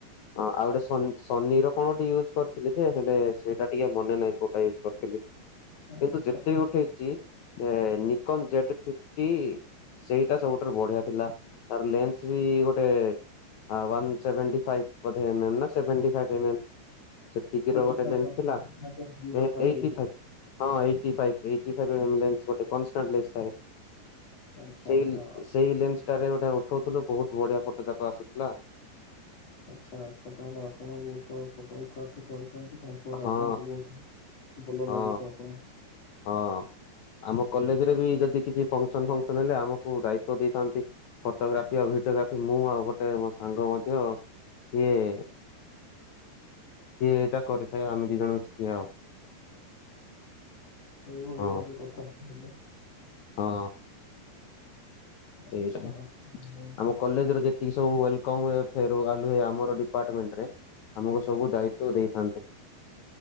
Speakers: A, on the left; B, on the left.
A: ଆଉ ଗୋଟେ ସୋନି ସୋନିର କଣ ଗୋଟେ ୟୁଜ୍ କରିଥିଲି ଯେ ହେଲେ ସେଇଟା ଟିକେ ମନେ ନାହିଁ କୋଉଟା ୟୁଜ୍ କରିଥିଲି।
B: ଆଚ୍ଛା
A: କିନ୍ତୁ
B: ଆଚ୍ଛା
A: ଯେତେ ଉଠେଇଛି ଏ ନିକନ ଜେଡ ଫଫଟି ସେଇଟା ସବୁଠାରୁ ବଢିଆ ଥିଲା ତାର ଲେନ୍ସ ବି ଗୋଟେ ଅ ୱାନ ସେଭଣ୍ଟି ଫାଇବ୍ ବୋଧେ ଏମ୍ ଏମ୍ ନା ମ ସେଭେନଟି ଫାଇବ୍ ଏମ୍ ଏମ୍। ସେତିକି
B: ଏଇଟି
A: ର ଗୋଟେ
B: ଫାଇଭ୍
A: ଲେନ୍ସ ଥିଲା।
B: ଏଇଟି ଫାଇଭ୍ ମୁଣ୍ଡ
A: ଏ
B: ଥାଏ
A: ଏଇଣ୍ଟି
B: ଏଇଟି
A: ଫାଇବ ହଁ eighty five eighty five M lens constant lens ଗୋଟେ ଥାଏ
B: ଆଚ୍ଛା
A: ସେଇ
B: ହଁ
A: ସେଇ ଲେନ୍ସ ଟାରେ ଗୋଟେ ଉଠ ଉଠଉଥିଲୁ ବହୁତ ବଢିଆ ଫଟୋ ଯାକ ଆସୁଥିଲା।
B: ଆଚ୍ଛା ଆଛା ତାହେଲେ ଆପଣ ବହୁତ ଫଟୋ ଉଠା ଉଠୁ କରିଛ ଯାହାଫଳରେ
A: ହଁ
B: ଆପଣଙ୍କୁ ବହୁତ ଭଲ
A: ହଁ
B: ଲାଗୁଛି ଆପଣ
A: ହଁ ଆମ କଲେଜରେ ବି ଯଦି କିଛି ଫଙ୍କସନ ଫଙ୍କସନ ହେଲେ ଆମ କୁ ଦାଇତ୍ୱ ଦେଇଥାନ୍ତି ଫଟୋଗ୍ରାଫି ଆଉ ଭିଡିଓ ଗ୍ରାଫି ମୁଁ ଆଉ ଗୋଟେ ମୋ ସାଙ୍ଗ ମଧ୍ୟ ସିଏ ସିଏ ଏଇଟା କରିଥାଏ ଆମେ ଦି ଜଣ ମିଶିକି ଆଉ।
B: ଏଇ ଭଳି
A: ହଁ
B: ଭାବେ କଥା ତାହେଲେ।
A: ହଁ।
B: ଆଚ୍ଛା
A: ସେଇଟା
B: ଆଚ୍ଛା।
A: ଆମ କଲେଜ ର ଯେତିକି ସବୁ ୱଏଲ୍ କମ ହୁଏ ଫେରୱାଲୁ ହୁଏଆମର ଡିପାର୍ଟମେଣ୍ଟ ରେ ଆମକୁ ସବୁ ଦାୟିତ୍ଵ ଦେଇଥାନ୍ତି।